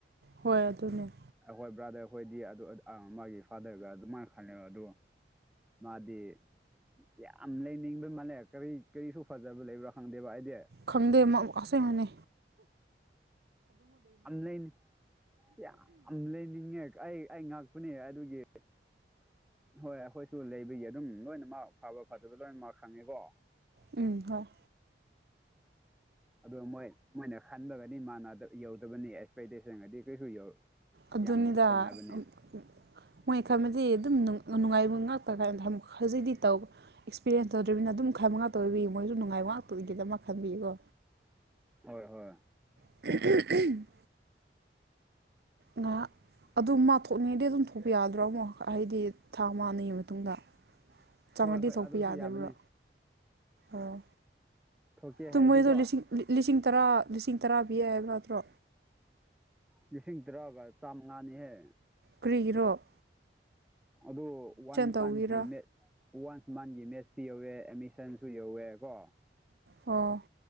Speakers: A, on the right; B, in the centre.
A: ꯍꯣꯏ ꯑꯗꯨꯅꯦ
B: ꯑꯩꯈꯣꯏ ꯕ꯭ꯔꯥꯗꯔ ꯍꯣꯏꯗꯤ ꯑꯗꯨ ꯃꯥꯒꯤ ꯐꯥꯗꯔꯒ ꯑꯗꯨꯃꯥꯏꯅ ꯈꯜꯂꯦꯕ ꯑꯗꯨꯣ ꯃꯥꯗꯤ ꯌꯥꯝ ꯂꯩꯅꯤꯡꯕꯩ ꯃꯥꯜꯂꯦ ꯀꯔꯤ ꯀꯔꯤꯁꯨ ꯐꯖꯕ ꯂꯩꯕ꯭ꯔꯥ ꯈꯪꯗꯦꯕ ꯍꯥꯏꯗꯤ
A: ꯈꯪꯗꯦ ꯑꯁꯦꯡ ꯃꯅꯦ
B: ꯌꯥꯝꯂꯦꯅꯦ ꯌꯥꯝ ꯂꯩꯅꯤꯡꯉꯦ ꯑꯩ ꯑꯩ ꯉꯥꯛꯄꯅꯦ ꯑꯗꯨꯒꯤ ꯍꯣꯏ ꯑꯩꯈꯣꯏꯁꯨ ꯂꯩꯕꯒꯤ ꯑꯗꯨꯝ ꯂꯣꯏꯅꯃꯛ ꯐꯕ ꯐꯠꯗꯕ ꯂꯣꯏꯅꯃꯛ ꯈꯪꯉꯦꯀꯣ
A: ꯎꯝ ꯍꯣꯏ
B: ꯑꯗꯨꯒ ꯃꯣꯏ ꯃꯣꯏꯅ ꯈꯟꯕꯒꯗꯤ ꯃꯥꯟꯅ ꯌꯧꯗꯕꯅꯤ ꯑꯦꯛꯁꯄꯦꯛꯇꯦꯁꯟꯒꯗꯤ ꯀꯩꯁꯨ ꯌꯧ
A: ꯑꯗꯨꯅꯤꯗ
B: ꯌꯥꯝ ꯈꯦꯠꯅꯕꯅꯦ
A: ꯑꯝ ꯎꯝ ꯃꯣꯏ ꯈꯟꯕꯗꯤ ꯑꯗꯨꯝ ꯅꯨꯡꯉꯥꯏꯕ ꯉꯥꯛꯇ ꯀꯥꯟꯗꯊꯝ ꯈꯖꯤꯛꯇꯤ ꯇꯧꯕ ꯑꯦꯛꯁꯄꯤꯔꯤꯌꯦꯟꯁ ꯇꯧꯗ꯭ꯔꯤꯅ ꯑꯗꯨꯝ ꯈꯥꯕꯉꯥꯇꯥ ꯑꯣꯏꯕꯒꯤ ꯃꯣꯏꯁꯨ ꯅꯨꯡꯉꯥꯏꯕ ꯉꯥꯛꯇ ꯑꯣꯏꯒꯗꯅ ꯈꯟꯕꯒꯤꯀꯣ
B: ꯍꯣꯏ ꯍꯣꯏ
A: <unintelligible> ꯉꯥꯍꯛ ꯑꯗꯨ ꯃꯥ ꯊꯣꯛꯅꯤꯡꯉꯩꯗꯤ ꯑꯗꯨꯝ ꯊꯣꯛꯄ ꯌꯥꯗ꯭ꯔꯣ ꯑꯃꯨꯛ ꯍꯥꯏꯗꯤ ꯊꯥ ꯑꯃ ꯑꯅꯤꯒꯤ ꯃꯇꯨꯡꯗ ꯆꯪꯉꯥꯗꯤ
B: ꯍꯣꯏ ꯍꯣꯏ
A: ꯊꯣꯛꯄ
B: ꯑꯗꯨꯁꯨ
A: ꯌꯥꯗꯕ꯭ꯔꯣ
B: ꯌꯥꯕꯅꯦ
A: ꯑꯣ
B: ꯊꯣꯛꯀꯦ
A: ꯇꯨꯝ
B: ꯍꯥꯏꯔꯗꯤꯀꯣ
A: ꯃꯣꯏꯗꯣ ꯂꯤꯁꯤꯡ ꯂꯤꯁꯤꯡ ꯇꯔꯥ ꯂꯤꯁꯤꯡ ꯇꯔꯥ ꯄꯤꯌꯦ ꯍꯥꯏꯕ ꯅꯠꯇ꯭ꯔꯣ
B: ꯂꯤꯁꯤꯡ ꯇꯔꯥꯒ ꯆꯥꯝꯃꯉꯥ ꯅꯤꯍꯦ
A: ꯀ꯭ꯔꯤꯒꯤꯔꯣ
B: ꯑꯗꯨ ꯋꯥꯟ
A: ꯇꯧꯒꯦꯔꯥ
B: ꯄꯟꯒꯤ ꯃꯦꯠ ꯋꯥꯟꯁ ꯃꯟꯒꯤ ꯃ‌ꯦꯁ ꯐꯤ ꯌꯧꯋꯦ ꯑꯦꯃꯤꯁꯟꯁꯨ ꯌꯧꯋꯦ ꯍꯥꯏꯀꯣ
A: ꯑꯣ